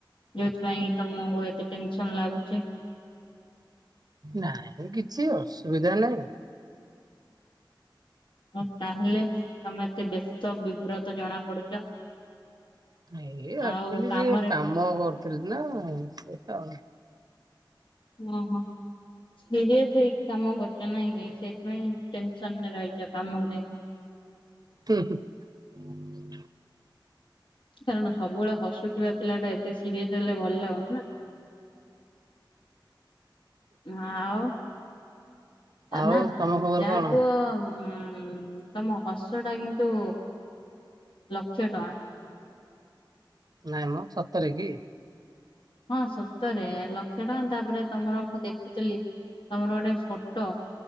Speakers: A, on the left; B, on the right.
A: ଯୋଉଥିପାଇଁ ତମକୁ ଏତେ ଟେନସନ୍ ଲାଗୁଛି।
B: ନାଇଁ କିଛି ଅସୁବିଧା ନାଇଁ।
A: ଆଉ ତାହେଲେ ତମେ ଏତେ ବ୍ୟସ୍ତ ବିବ୍ରତ ଜଣା ପଡୁଛ।
B: ଏଇ
A: ଆଉ
B: ଆକ୍ଚୁଆଲି
A: କାମରେ
B: ଯେ କାମ କରୁଥିଲି ନା ସେ ତ
A: ଓହୋ ସିରିଅସ୍ ହେଇକି କି କାମ କରୁଛ ନାଇଁ କି ସେଇଥିପାଇଁ ଟେନସନରେ ରହିଛ କାମକୁ ନେଇକି।
B: <unintelligible>
A: କାରଣ ସବୁବେଳେ ହସୁଥିବା ପିଲାଟା ଏତେ ସିରିଅସ ହେଲେ ଭଲ ଲାଗୁନି ନା। ନା ଆଉ। ଆ
B: ଆଉ
A: ନା
B: ତମ ଖବର
A: ଯାକୁୁ
B: କଣ?
A: ହ ତମ ହସ ଟା କିନ୍ତୁ ଲକ୍ଷେ ଟଙ୍କା।
B: ନାଇଁ ମ ସତରେ କି।
A: ହଁ ସତରେ ଲକ୍ଷେ ଟଙ୍କା ତାପରେ ତମର ମୁଁ ଦେଖୁଥିଲି ତମର ଗୋଟେ ଫଟୋ